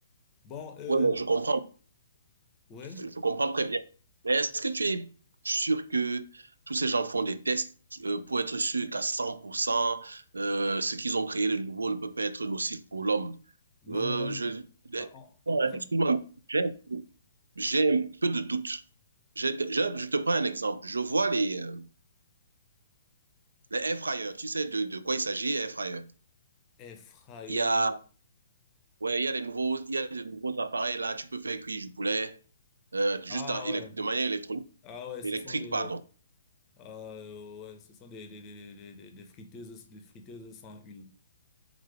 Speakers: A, on the left (about 25°); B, on the right (about 65°).
A: Bon, euh,
B: bon, je comprends,
A: ouais.
B: je comprends très bien. Mais est-ce que tu es sûr que tous ces gens font des tests euh, pour être sûr qu'à 100%, euh, ce qu'ils ont créé de nouveau ne peut pas être nocif pour l'homme?
A: Non,
B: Euh,
A: non, il-
B: je,
A: ah, en,
B: Ouais,
A: en fait,
B: excuse-moi, j'ai j'ai un peu de doute. Je te, je, je te prends un exemple. Je vois les, euh, les air fryers. Tu sais de, de quoi il s'agit, air fryer.
A: air fryer.
B: Il y a, ouais, il y a des nouveaux, il y a des nouveaux appareils là. Tu peux faire cuire du poulet euh, juste
A: Ah
B: à- élec-
A: ouais,
B: de manière électronique,
A: ah ouais, ce
B: électrique,
A: sont des,
B: pardon.
A: euh, ouais, ce sont des, des, des, des, des des friteuses, des friteuses sans huile.